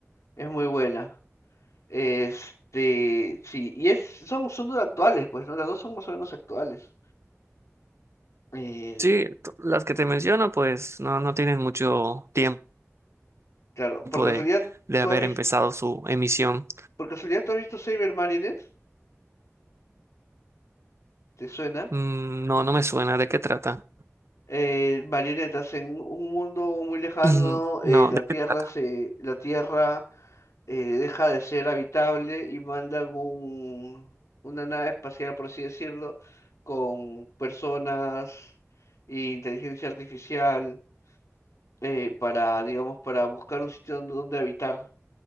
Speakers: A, on the left (about 90°); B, on the right (about 60°).
A: Es muy buena. Este, sí, y es, son, son dos actuales, pues, ¿no? Las dos son más o menos actuales. Eh,
B: Sí, t- las que te menciono, pues no, no tienen mucho tiempo
A: claro,
B: de,
A: por casualidad,
B: de
A: ¿tú
B: haber
A: has visto,
B: empezado su emisión.
A: por casualidad, ¿tú has visto Saber Marionette? ¿Te suena?
B: Mm, No, no me suena. ¿De qué trata?
A: Eh, marionetas en un mundo muy lejano,
B: <clears throat>
A: eh,
B: No,
A: la
B: ¿de
A: Tierra
B: qué trata?
A: se, la Tierra eh, deja de ser habitable y mandan un, una nave espacial, por así decirlo, con personas e inteligencia artificial eh, para, digamos, para buscar un sitio donde, donde habitar.